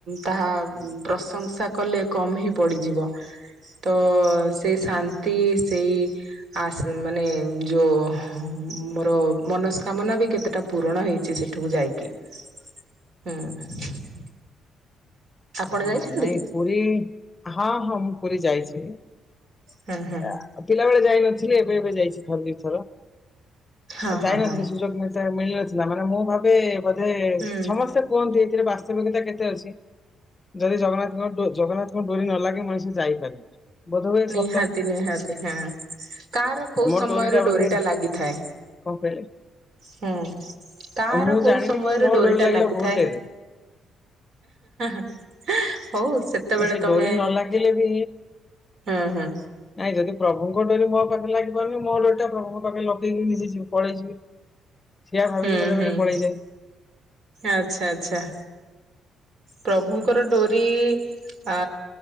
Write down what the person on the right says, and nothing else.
ତାହା ପ୍ରଶଂସା କଲେ କମ ହିଁ ପଡିଯିବ। ତ ସେଇ ଶାନ୍ତି ସେଇ ଆସ ମାନେ ଯୋଉ ମୋର ମନସ୍କାମନା ବି କେତେଟା ପୂରଣ ହେଇଛି ସେଠୁକୁ ଯାଇକି। ହୁଁ। ଆପଣ
ଯାଇଛନ୍ତି?
ହୁଁ ହୁଁ।
ହଁ ହଁ
ହଁ
ହୁଁ
ନିହାତି
ନିହାତି ହଁ କାହାର କୋଉ
ସମୟରେ
ଡୋରିଟା ଲାଗିଥାଏ।
ହୁଁ କାହାର
କୋଉ
ସମୟର
ଡୋରିଟା
ଲାଗିଥାଏ।
<inaudible> ସେତେବେଳେ
ତମେ
ହୁଁ ହୁଁ
ହୁଁ
ହୁଁ
ଆଚ୍ଛା ଆଚ୍ଛା। ପ୍ରଭୁଙ୍କର ଡୋରି ଆ